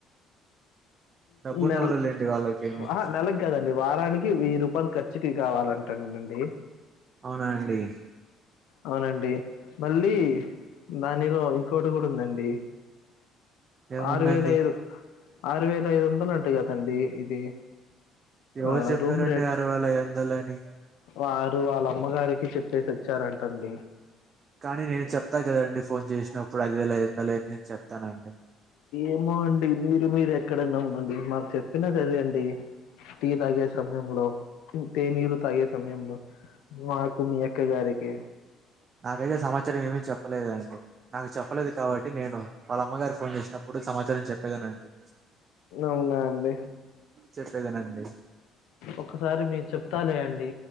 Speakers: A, on the right; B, on the left.
A: డబ్బున్నోళ్ళు
B: నెల్
A: లేండి వాళ్ళకేమి
B: ఆహా నెలకి. కాదండి వారానికి వెయ్యి రూపాయలు ఖర్చుకి కావాలంట అండి.
A: అవునా అండి.
B: అవునండి మళ్ళీ దానిలో, ఇంకోటి కూడా ఉందండి.
A: ఏముందండి
B: ఆరువేల ఐదు. ఆరు వేల ఐదు వందలు అంటా కదండి ఇది.
A: ఎవరు
B: ఆ
A: చెప్పారండి
B: రూమ్ రేట్
A: అరువేల ఐదువందలని.
B: వారు వాళ్ళ అమ్మగారికి చెప్పేసి వచ్చారంట అండి.
A: కానీ నేను చెప్తా కదండి ఫోన్ చేసినప్పుడు. ఐదువేల ఐదు వందలని నేను చెప్తానండి.
B: ఏమో అండి మీరు మీరు ఎక్కడన్నా ఉండండి మాకు చెప్పినది అదే అండి. టీ తాగే సమయంలో తేనీరు తాగే సమయంలో. మాకు మీ అక్క గారికి.
A: నాకైతే సమాచారం ఏమి చెప్పలేదండి. నాకు చెప్పలేదు కాబట్టి నేను వాళ్ళ అమ్మగారి ఫోన్ చేసిన. ఎప్పుడు సమాచారం చెప్పేదే నండి
B: అవునా అండి
A: చెప్పేదే నండి.
B: ఒకసారి మీరు చెప్తాలే అండి